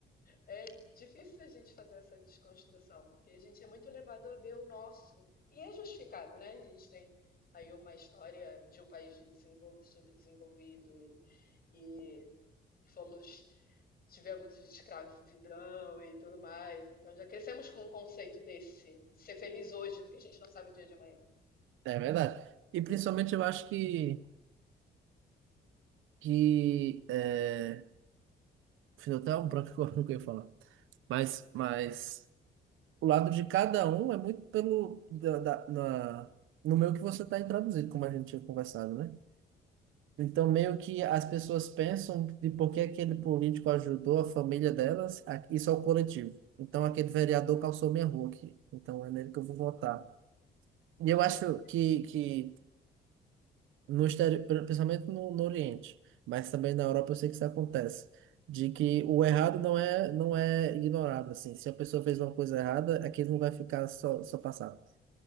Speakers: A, on the left; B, on the right.
A: é difícil a gente fazer essa desconstrução, porque a gente é muito levado a ver o nosso. E é justificado, né? A gente tem aí uma história de um país de desenvol- subdesenvolvido e, e fomos, tivemos escravidão e tudo mais. Então já crescemos com um conceito desse, de ser feliz hoje, porque a gente não sabe o dia de amanhã.
B: É verdade. E principalmente eu acho que que é... Fiz até um branco <laughs> agora no que eu ia falar. Mas, mas o lado de cada um é muito pelo da, da- na, no meio que você está introduzido, como a gente tinha conversado, né? Então, meio que as pessoas pensam de por que aquele político ajudou a família delas, a- isso é o coletivo. Então, aquele vereador calçou minha rua aqui. Então, é nele que eu vou votar.
A: Uhum.
B: E eu acho que, que no exterior, principalmente no, no Oriente, mas também na Europa, eu sei que isso acontece, de que o errado não é, não é ignorado, assim. Se a pessoa fez uma coisa errada, aquilo não vai ficar só, só passado.